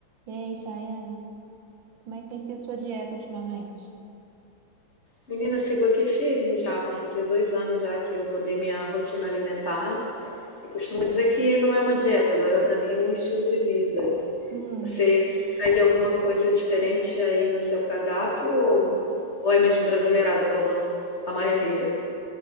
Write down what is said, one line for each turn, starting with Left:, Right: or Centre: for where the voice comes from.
Right: E aí, Chayane, como é que tem sido sua dieta ultimamente?
Left: Menina, sigo aqui firme já. Vou fazer dois anos já que eu mudei minha rotina alimentar. Eu costumo dizer que não é uma dieta, agora para mim é um estilo de vida.
Right: Hum,
Left: Você segue alguma coisa diferente aí no seu cardápio ou, ou é mesmo brasileirada como a maioria?